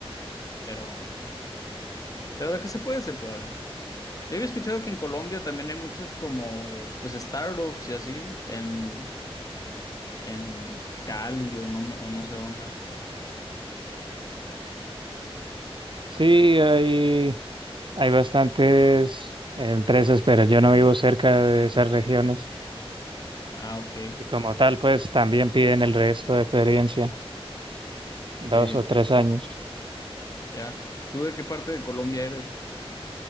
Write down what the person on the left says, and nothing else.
pero, pero de que se puede, se puede. Yo había escuchado que en Colombia también hay muchas como, pues, startups y así, en, en Cali o no, me- o no sé dónde.
Ah, ok,
sí,
ya. ¿Tú de qué parte de Colombia eres?